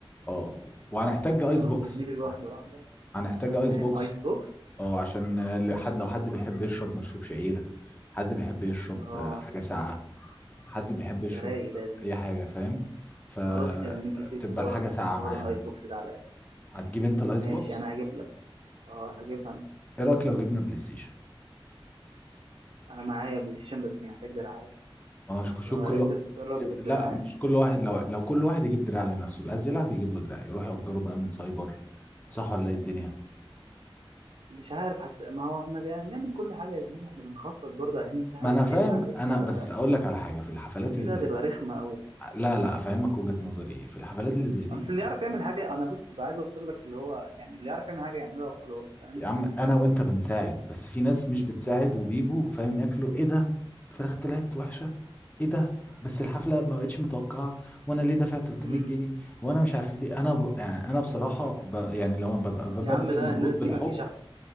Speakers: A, on the left; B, on the right.
A: أه وهنحتاج أيس
B: خلاص
A: بوكس
B: يا زميلي واحدة واحدة
A: هنحتاج
B: تمام
A: أيس بوكس
B: ايس بوكس
A: اه عشان ال- حد لو حد بيحب يشرب مشروب شعير حد بيحب يشرب
B: اه
A: آه، حاجة ساقعة حد بيحب يشرب
B: ده رايق ده يا زميلي
A: أي حاجة فاهم فتبقى
B: خلاص يا زميلي سيب حوار
A: الحاجة
B: سيب
A: ساقعة
B: حوار
A: معانا
B: الايس بوكس ده عليا
A: هتجيب أنت الأيس
B: ماشي
A: بوكس
B: انا هجيب لك اه هجيبها انا
A: إيه رأيك لو جبنا بلاي ستيشن
B: انا معايا بلاي ستيشن بس محتاج دراعات
A: ما هو شوف شوف
B: لو عرفت
A: كل وا-
B: تتصرف
A: يبقى
B: في الدراعات
A: لا مش كل واحد لو لو كل واحد يجيب دراع لنفسه اللي عايز يلعب يجيب له دراع يروح يأجره بقى من سايبر صح ولا ايه الدنيا
B: مش عارف حس... ما هو احنا جاي بنعمل كل حاجه يا زميلي احنا بنخطط برضه عايزين نسهل
A: ما انا
B: الدنيا
A: فاهم
B: على الرجاله
A: انا بس
B: فاهم
A: اقول لك على حاجه في الحفلات اللي
B: كده
A: زي
B: هتبقى
A: دي
B: رخمه قوي فاهم
A: لا لا افهمك وجهه نظري ايه في الحفلات اللي زي دي
B: اصل اللي يعرف يعمل حاجه انا بص بقى عايز اوصل لك اللي هو يعني اللي يعرف يعمل حاجه يعملها وخلاص فاهم
A: يا عم انا وانت بنساعد بس في ناس مش بتساعد وبيجوا فاهم ياكلوا ايه ده فراخ طلعت وحشه ايه ده بس الحفله ما بقتش متوقعه وانا ليه دافع 300
B: امم
A: جنيه وانا مش عارف ايه انا ب... يعني انا بصراحه ب... يعني لو ببقى ب- ببذل
B: يا عم لا
A: مجهود
B: الناس دي
A: بالحب
B: ما تجيش احسن